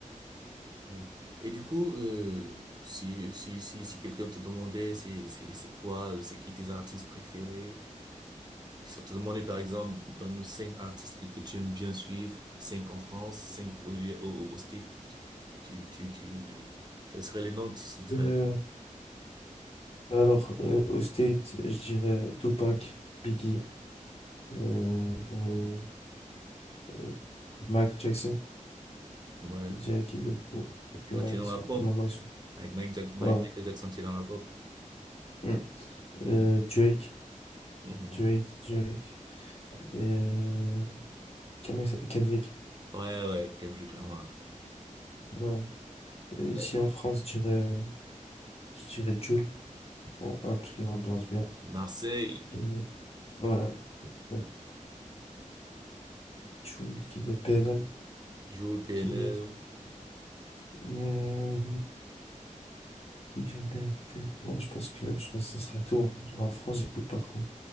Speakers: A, on the right; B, on the left.
A: ouais. Et du coup, euh, si, si, si, si quelqu'un te demandait c'est, c'est, c'est quoi, euh, c'est qui tes artistes préférés, si on te demandait par exemple dans nos cinq artistes que, que tu aimes bien suivre, cinq en France, cinq au, au, au States, tu, tu, tu, quels seraient les noms que tu citerais?
B: Euh, Alors, euh, au State, je dirais Tupac, Biggie, euh, euh, euh, Mike Jackson.
A: Ouais.
B: Je dirais qui de... bon, donc,
A: Là,
B: euh,
A: tu es
B: ils
A: dans
B: sont,
A: la pop.
B: pour le moment, ils sont.
A: Avec Mike Jack- Mike-
B: Voilà.
A: Michael Jackson, tu es dans la pop.
B: Mm.
A: Mhm.
B: Euh, Drake,
A: Mhm.
B: Drake, Drake. Et euh, comment il s'appelle Kendrick.
A: Ouais, ouais, Kendrick Lamar.
B: Voilà. Et Ici
A: Euh,
B: en France, je dirais, euh, je dirais Jul, en un, parce qu'il ambiance bien.
A: Marseille,
B: Euh, voilà. Euh, Jul, qui d'autre? PNL,
A: <laughs> Jules Terneul.
B: qui d'autre? Euh, Qui que j'aime bien écouter. Ouais, je pense que je pense que ce sera tout. hein. Genre, en France, j'écoute pas trop.